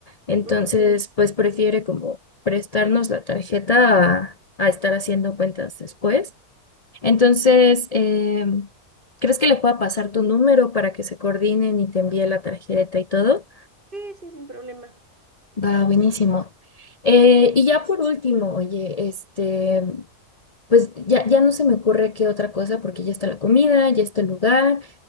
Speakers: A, on the left; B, on the right.
A: Entonces,
B: Ujú.
A: pues prefiere como prestarnos la tarjeta a, a estar haciendo cuentas después. Entonces, em, ¿crees que le pueda pasar tu número para que se coordinen y te envíe la tarjeta y todo?
B: Sí, sí, sin problema.
A: Va, buenísimo. Eh, y ya por último, oye, este, pues ya, ya no se me ocurre qué otra cosa, porque ya está la comida, ya está el lugar,